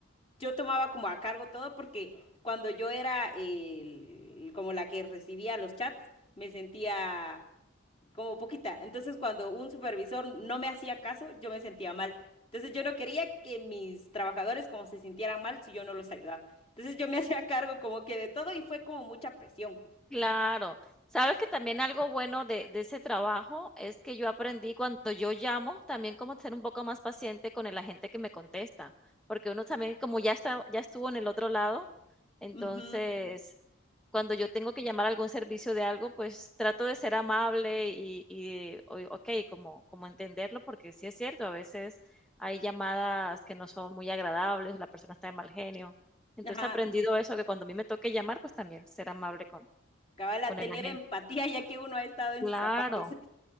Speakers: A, on the left; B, in the centre.
A: yo tomaba como a cargo todo porque cuando yo era el- como la que recibía los chats, me sentía como poquita. Entonces, cuando un supervisor no me hacía caso, yo me sentía mal. Entonces, yo no quería que mis trabajadores como se sintieran mal si yo no los ayudaba. Entonces, yo me <laughs> hacía cargo como que de todo y fue como mucha presión.
B: Claro. Sabes que también algo bueno de, de ese trabajo es que yo aprendí cuando yo llamo también como ser un poco más paciente con la gente que me contesta, porque uno también como ya está, ya estuvo en el otro lado, entonces
A: Ujú,
B: cuando yo tengo que llamar a algún servicio de algo, pues trato de ser amable y, y o- ok, como, como entenderlo, porque sí es cierto, a veces hay llamadas que no son muy agradables, la persona está de mal genio. Entonces
A: Ajá,
B: he aprendido eso, que cuando a mí me toque llamar, pues también ser amable con,
A: Cabal, a
B: con
A: tener
B: el agente.
A: empatía ya que uno ha estado en
B: Claro,
A: sus zapatos. <laughs>